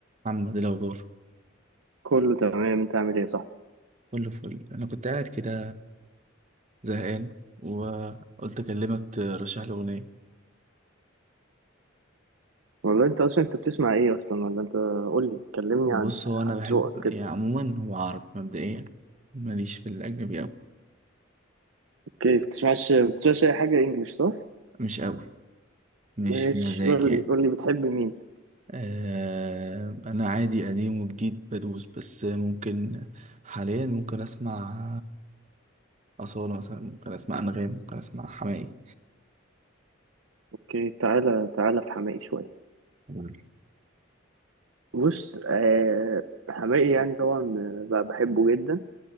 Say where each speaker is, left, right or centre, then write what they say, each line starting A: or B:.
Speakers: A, on the right; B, on the right.
A: محمد إيه الأخبار
B: كله تمام انت عامل ايه صح
A: كله فل أنا كنت قاعد كده زهقان وقلت أكلمك ترشح لي أغنية
B: والله انت اصلا انت بتسمع ايه اصلا ولا انت قول لي كلمني
A: بص
B: عن عن
A: هو أنا بحب
B: ذوقك كده
A: يعني عموما هو عربي مبدئيا ماليش في الأجنبي أوي
B: اوكي بتسمعش بتسمعش اي حاجه انجلش صح
A: مش أوي مش
B: ماشي
A: مزاج
B: قول
A: يعني
B: لي قول لي بتحب مين
A: آه أنا عادي قديم وجديد بدوس بس ممكن حاليا ممكن أسمع أصالة مثلا ممكن أسمع أنغام ممكن أسمع حماقي
B: اوكي تعالى تعالى في حماقي شويه
A: هو
B: بص آه حماقي يعني طبعا آه، بقى بحبه جدا